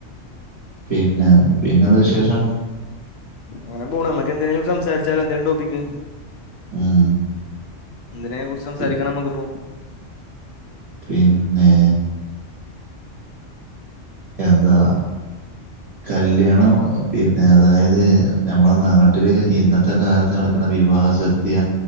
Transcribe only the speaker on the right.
പിന്നെ പിന്നെന്താ വിശേഷം
ഉം
പി-
പിന്നെ എന്താ കല്യാണം പിന്നെ അതായത് നമ്മളെ നാട്ട <unintelligible> ഇന്നത്തെ കാലത്ത് നടക്കുന്ന വിവാഹസദ്യ